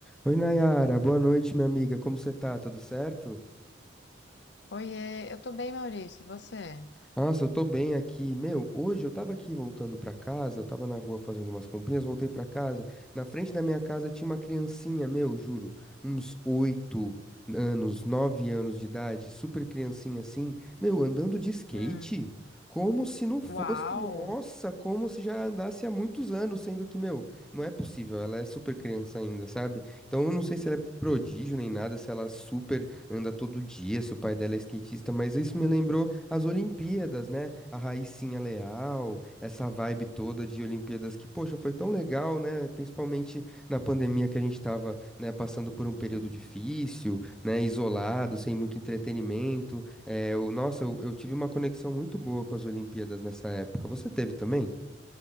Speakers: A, in the centre; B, on the left (about 65°).
A: Oi, Nayara, boa noite, minha amiga. Como você tá? Tudo certo?
B: Oiê, eu tô bem, Maurício, e você?
A: Nossa, eu tô bem aqui. Meu, hoje eu tava aqui voltando pra casa, eu tava na rua fazendo umas comprinhas, voltei pra casa. Na frente da minha casa tinha uma criancinha, meu, juro, uns oito anos, nove anos de idade, super criancinha assim, meu, andando de skate.
B: Hum,
A: Como se não fosse,
B: Uau!
A: nossa, como se já andasse há muitos anos, sendo que, meu, não é possível, ela é super criança ainda, sabe? Então eu não sei se ela é prodígio nem nada, se ela é super anda todo dia, se o pai dela é skatista, mas isso me lembrou as Olimpíadas, né? A Raicinha Leal, essa vibe toda de Olimpíadas que, poxa, foi tão legal, né? Principalmente na pandemia que a gente tava, né, passando por um período difícil, né, isolado, sem muito entretenimento. É, eu, nossa, eu, eu tive uma conexão muito boa com as Olimpíadas nessa época. Você teve também?